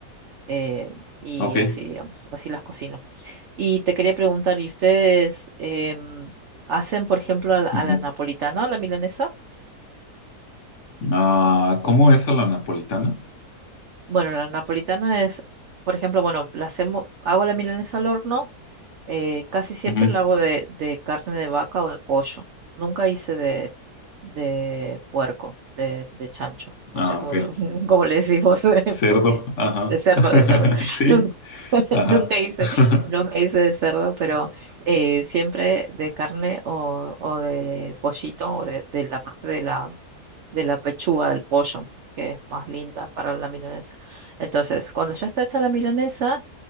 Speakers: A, on the right; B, on the left.
A: eh, y
B: Ok.
A: así, digamos, así las cocino. Y te quería preguntar, ¿y ustedes em, hacen, por ejemplo, a la, a
B: Ujú.
A: la napolitana o la milanesa?
B: Ah, ¿cómo es a la napolitana?
A: Bueno, la napolitana es, por ejemplo, bueno, la hacemos, hago la milanesa al horno, Eh, casi siempre
B: Ujú.
A: la hago de, de carne de vaca o de pollo. Nunca hice de, de puerco, de, de chancho. No
B: Ah,
A: sé cómo,
B: ok.
A: <laughs> cómo le decimos, <laughs> eh,
B: Cerdo,
A: pues,
B: ajá.
A: de cerdo,
B: <laughs>
A: de cerdo.
B: Sí,
A: Nunca, <laughs>
B: ajá.
A: nunca hice,
B: <laughs>
A: nunca hice de cerdo, pero eh, siempre de carne o, o de pollito o de, de la parte de la, de la pechuga del pollo, que es más linda para la milanesa. Entonces, cuando ya está hecha la milanesa